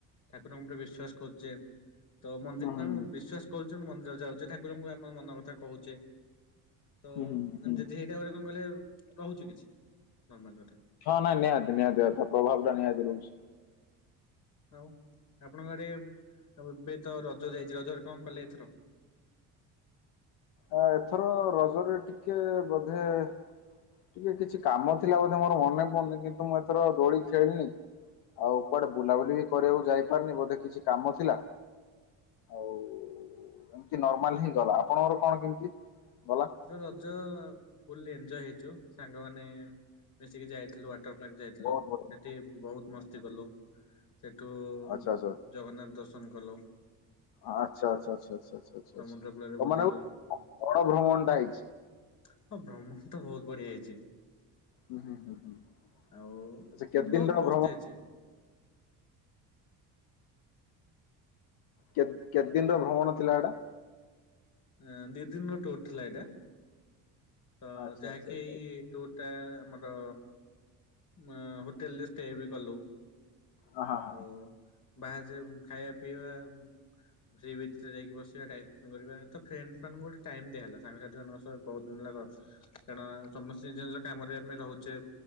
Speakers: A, on the left; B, on the left.
A: ଠାକୁରଙ୍କ ଉପରେ ବିଶ୍ୱାସ କରୁଛେ। ତ ମନ୍ଦିର
B: ହୁଁ
A: ପାଇଁ
B: ହୁଁ
A: ବିଶ୍ଵାସ କରୁଛେ ମନ୍ଦିର ଯାଉଛେ ଠାକୁରଙ୍କୁ ଆମ ମନ କଥା କହୁଛେ। ତ
B: ହୁଁ ହୁଁ
A: ଯେମି
B: ହୁଁ।
A: ଯେଯେଇ ଏଇଟା ଗୋଟେ କଣ କହିଲେ ରହୁଛି କିଛି ନର୍ମାଲ୍ କଥା।
B: ହଁ ନା ନିହାତି ନିହାତି ଭାବେ ପ ପ୍ରଭାବ ଟା ନିହାତି ରହୁଛି।
A: ଆଉ ଆପଣଙ୍କ ଆଡେ ଏବେ ତ ରଜ ଯାଇଛି ରଜରେ କଣ କଲେ ଏଥର?
B: ଆଁ ଏଥର ରଜରେ ଟିକେ ବୋଧେ ଟିକେ କିଛି କାମ ଥିଲା ବୋଧେ ମୋର ମନେ ପଡୁନି କିନ୍ତୁ ମୁଁ ଏଥର ଦୋଳି ଖେଳିନି। ଆଉ କୁଆଡେ ବୁଲାବୁଲି ବି କରିବାକୁ ଯାଇପାରିନି ବୋଧେ କିଛି କାମ ଥିଲା। ଆଉ ଏମିତି ନର୍ମାଲ ହି ଗଲା ଆପଣଙ୍କର କଣ କେମିତି ଗଲା?
A: ରଜ ଆଉ ଫୁଲ୍ଲୀ ଏଞ୍ଜୟ୍ ହେଇଛୁ ସାଙ୍ଗମାନେ ମିଶିକି ଯାଇଥା ଥିଲୁ ୱାଟର ପାର୍କ ଯାଇଥିଲୁ
B: ବହୁତ
A: ସେଠି
B: ବଢିଆ
A: ବହୁତ ମସ୍ତି କଲୁ। ସେଠୁ
B: ଆଚ୍ଛା ଆଚ୍ଛା ଆଚ୍ଛା
A: ଜଗନ୍ନାଥ ଦର୍ଶନ କଲ।
B: ଆଚ୍ଛା ଆଚଛା ଆଛା ଆଛା ଆଛ ଆଛ
A: ସମୁଦ୍ର
B: ଆଛା
A: କୂଳରେ
B: ତମାନେ
A: ବୁଲିଲୁ
B: ଆଉ ବଡ ଭ୍ରମଣ ଟା ହେଇଛି।
A: ହଁ ଭ୍ରମଣ ତ ବହୁତ ବଢିଆ ହେଇଛି।
B: ହୁଁ ହୁଁ ହୁଁ ହୁଁ ଆଚ୍ଛା
A: ଆଉ
B: କେତେ
A: ବହୁତ
B: ଦିନର
A: ମସ୍ତ
B: ଭ୍ରମଣ?
A: ହେଇଛି
B: କେତ କେତେ ଦିନର ଭ୍ରମଣ ଥିଲା ଏଇଟା?
A: ଅଁ ଦି ଦିନ୍ ର ଟୁର୍ ଥିଲା ଏଇଟା। ତ
B: ଆଚ୍ଛା
A: ଯାହାକି
B: ଆଚ୍ଛା ଆଚ୍ଛା
A: ଏଇ ଟୁର୍ ଟା ଆମର ମ ହୋଟେଲ୍ ରେ ଷ୍ଟେ ବି କଲୁ।
B: ହଁ ହଁ
A: ଆଉ ବାହାରେ ଯାଇ ଖାଇବା ପିଇବା ସି ବିଚ୍ ରେ ଯାଇକି ବସିବା ଟାଇମ୍ ସ୍ପେଣ୍ଡ କରିବା ତ ଫ୍ରେଣ୍ଡସ୍ ମାନଙ୍କୁ ଗୋଟେ ଟାଇମ୍ ଦିଆ ହେଲା ସାଙ୍ଗସାଥି ମାନଙ୍କ ସହ ବହୁତ୍ ଦିନ <unintelligible> କାରଣ ସମସ୍ତେ ନିଜ-ନିଜ କାମରେ ଆମେ ରହୁଚେ।